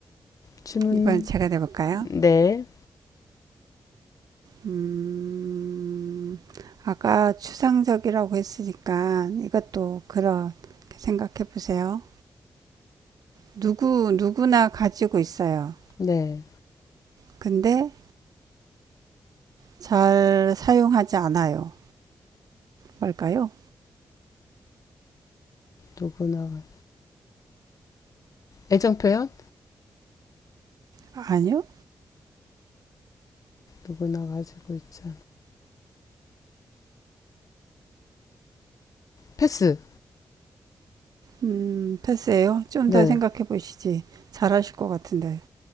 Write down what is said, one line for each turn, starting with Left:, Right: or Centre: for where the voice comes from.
Left: 질문
Right: 이번엔 제가 내볼까요?
Left: 네네
Right: 음, 아까 추상적이라고 했으니까 이것도 그런 생각해 보세요. 누구, 누구나 가지고 있어요.
Left: 네.
Right: 근데 잘 사용하지 않아요. 뭘까요?
Left: 누구나 애정 표현
Right: 아니요?
Left: 누구나 가지고 있죠 패스
Right: 음, 패스예요. 좀
Left: 네
Right: 더 생각해 보시지. 잘하실 것 같은데.